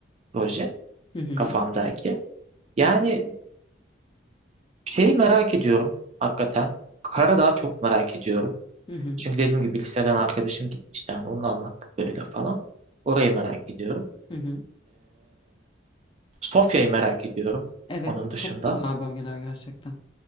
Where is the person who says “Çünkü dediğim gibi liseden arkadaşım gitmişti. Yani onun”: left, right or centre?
Right